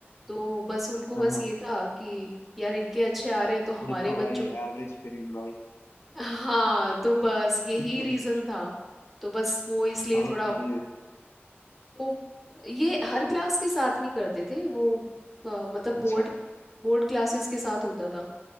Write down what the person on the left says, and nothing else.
हाँ
हाँ
ये तो
भाई एवरेज पेरेंट भाई
<laughs>
ओके
अच्छा